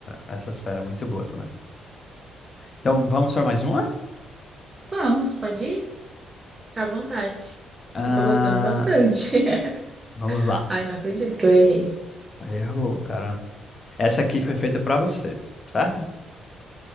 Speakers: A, on the left; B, on the right.
A: essa série, é muito boa também. Então, vamos para mais uma?
B: Vamos, pode ir? Fica à vontade.
A: Ah,
B: Eu tô gostando bastante. <laughs>
A: vamos lá.
B: Ai, não acredito que eu errei.
A: Errou, cara. Essa aqui foi feita para você, certo?